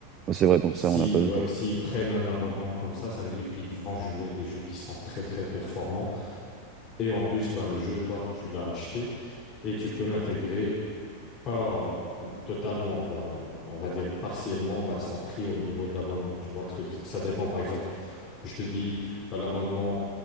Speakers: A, on the right; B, on the left.
A: C'est vrai, donc
B: Si,
A: ça, on n'a pas besoin.
B: ouais, s'ils prennent un abonnement comme ça, ça veut dire qu'ils vont jouer des jeux qui sont très très performants. Et en plus, bah, le jeu, toi, tu l'as acheté et tu peux l'intégrer Pas totalement, bah, on va dire partiellement, bah, sans prix au niveau de l'abonnement. Tu vois le truc, ça dépend par exemple. Je te dis, bah, l'abonnement,